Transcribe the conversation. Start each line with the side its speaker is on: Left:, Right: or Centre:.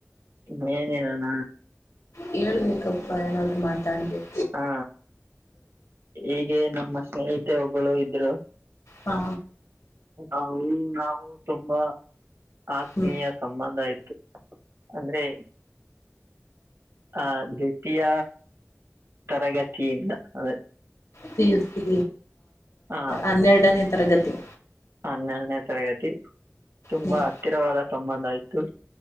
Right: ಇನ್ನೇನ್ ಹೆಳಣ.
Left: ಹೇಳ್ಬೇಕಪ್ಪಾ ಏನಾದ್ರು ಮಾತಾಡಬೇಕ
Right: ಹಾ ಹೀಗೆ ನಮ್ಮ ಸ್ನೇಹಿತೆ ಒಬ್ಬಳು ಇದ್ರು.
Left: ಹ್ಮಾ
Right: ಅವಳು ನಾವು ತುಂಬಾ ಆತ್ಮೀಯ
Left: ಹ್ಮ
Right: ಸಂಬಂಧ ಇತ್ ಅಂದ್ರೆ ಆ ದ್ವಿತೀಯ. ತರಗತಿ ಇಂದ ಅದೇ.
Left: ಪಿಯುಸಿ
Right: ಆ
Left: ಹನ್ನೆರಡನೇ ತರಗತಿ.
Right: ಹನ್ನೆರಡನೇ ತರಗತಿ ತುಂಬಾ
Left: ಹ್ಮ್
Right: ಹತ್ತಿರವಾದ ಸಂಬಂಧ ಇತ್ತು.